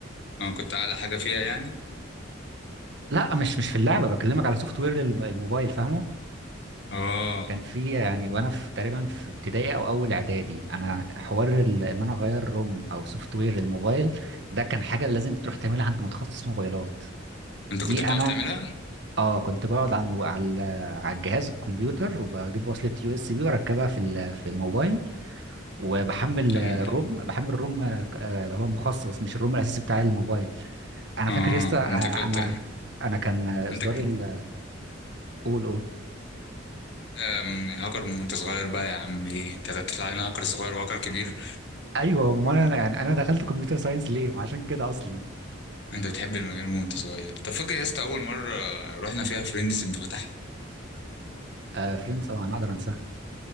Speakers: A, on the left; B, on the right.
A: اه كنت اعلى حاجه فيها يعني
B: لا مش مش في اللعبه بكلمك على سوفت وير الموبايل فاهمه
A: اه
B: كان في يعني وانا في تقريبا في ابتدائي او اول اعدادي انا حوار ال- ان انا اغير روم او سوفت وير الموبايل ده كان حاجه لازم تروح تعملها عند متخصص موبايلات
A: انت
B: دي
A: كنت بتعرف
B: انا
A: تعملها
B: اه كنت بقعد على المو... على على الجهاز الكمبيوتر وبجيب وصله يو اس بي واركبها في ال... في الموبايل وبحمل
A: لأن-
B: آه، الروم بحمل الروم آه، اللي هو مخصص مش الروم الاساسي بتاع الموبايل انا
A: اه
B: فاكر يا اسطى آه،
A: انت كنت
B: انا انا كان آه، اصدار
A: انت ك-
B: ال قول قول
A: آه، من هاكر من وانت صغير بقى يا عم ايه انت بتطلع لنا هاكر صغير وهاكر كبير
B: ايوه ما انا يعني انا دخلت كمبيوتر ساينس ليه وعشان كده اصلا
A: انت بتحب المجال من وانت صغير طب فاكر يا اسطى اول مره رحنا فيها فريندز انت فتحت
B: آه فريندز طبعا اقدر انساها